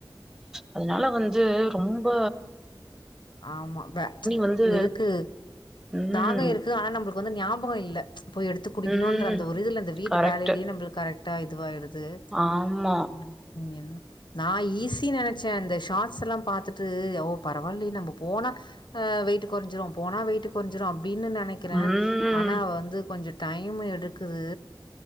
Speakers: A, in the centre; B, on the left.
A: அதனால வந்து ரொம் ம்ப
B: ஆமா வே
A: வந்து
B: இருக்கு
A: ம்
B: தாக இருக்கு ஆனா நம்மளுக்கு வந்து ஞாபகொ இல்ல போயி எடுத்து குடிக்கணுன்ற
A: ம்
B: அந்த ஒரு இதுல ந்த வீட்டு
A: கரெக்ட்
B: வேலைலயே நம்ளுத் கரெக்டா இதுவாய்டுது
A: ஆமா
B: து உம் ம் என் நா ஈஸி நெனைச்சேன் இந்த ஷார்ட்ஸ்லா பாத்துட்டு ஒ பரவால்லையே நம்போ போனா அஹ் வெயிட் குறைஞ்சிரோ போனா வெயிட் குறைஞ்சிரோ அப் அப்டின்னு நினைக்கிறே
A: ம்
B: ஆனா வந்து கொஞ்ச டைமு எடுக்குது